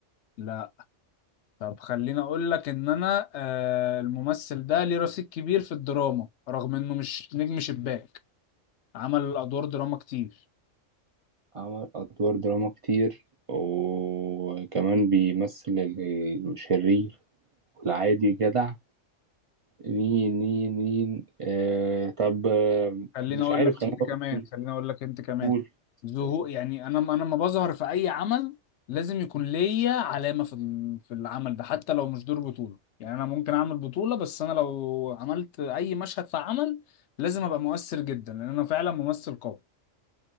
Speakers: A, on the left (about 70°); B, on the right (about 45°).
A: لا طب خليني اقول لك ان انا آه الممثل ده ليه رصيد كبير في الدراما رغم انه مش نجم شباك عمل ادوار دراما كتير
B: عمل أدوار دراما كتير وكمان بيمثل الشرير والعادي جدع مين مين مين آه طب آه
A: خليني
B: مش
A: اقول
B: عارف
A: لك
B: خليني
A: انت
B: أقول
A: كمان خليني اقول لك انت كمان
B: قول
A: ظهور
B: قول ده.
A: يعني انا انا لما بظهر في اي عمل لازم يكون ليا علامه في ال- في العمل ده حتى لو مش دور بطوله يعني انا ممكن اعمل بطوله بس انا لو عملت اي مشهد في عمل لازم ابقى مؤثر جدا لان انا فعلا ممثل قوي